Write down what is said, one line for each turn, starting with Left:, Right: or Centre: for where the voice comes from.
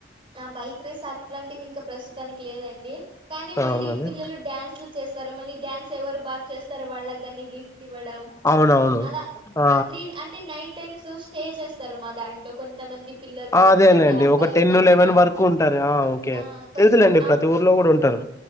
Right: ఆ బైక్ రేస్ అట్లాంటివి ఇంకా ప్రస్తుతానికి లేదండి కానీ మళ్ళీ
Left: అవునండి
Right: పిల్లలు డ్యాన్స్లు చేస్తారు మళ్ళీ డ్యాన్స్ ఎవరు బాగా చేస్తారు వాళ్ళకి కాని గిఫ్ట్లు ఇవ్వడం
Left: అవునవును
Right: అలా
Left: ఆ
Right: మ త్రీ అంటే నైట్ టైమ్స్ స్టే చేస్తారు మా దాంట్లో లో కొంత మంది పిల్లలు
Left: ఆ అదేలేండి
Right: అంటే అబ్బాయిలు
Left: ఒక టెన్
Right: ఉంటారు
Left: లెవెన్
Right: కదా
Left: వరకు ఉంటారు ఓకే
Right: ఆ కొంచెం
Left: తెలుసులేండి
Right: అప్పుడు
Left: ప్రతి ఊర్లో కూడా ఉంటారు